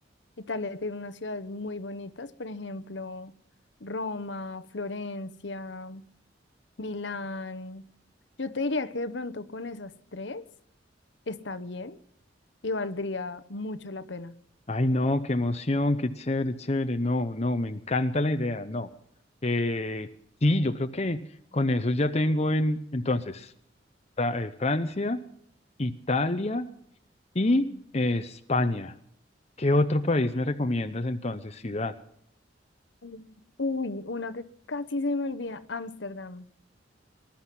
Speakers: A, on the left (about 70°); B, on the left (about 35°).
A: Italia tiene unas ciudades muy bonitas, por ejemplo, Roma, Florencia, Milán. Yo te diría que de pronto con esas tres está bien y valdría mucho la pena.
B: Ay, no, qué emoción, qué chévere, chévere. No, no, me encanta la idea, no. Eh, sí, yo creo que con eso ya tengo en, entonces, Fra- eh, Francia, Italia y eh, España. ¿Qué otro país me recomiendas entonces, ciudad?
A: Mm. Uy, una que casi se me olvida, Ámsterdam.